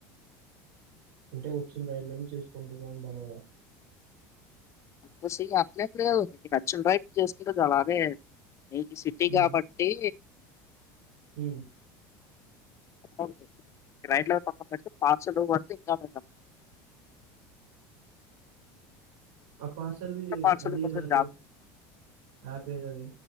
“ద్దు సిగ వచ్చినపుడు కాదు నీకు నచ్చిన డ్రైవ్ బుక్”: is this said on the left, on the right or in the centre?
Left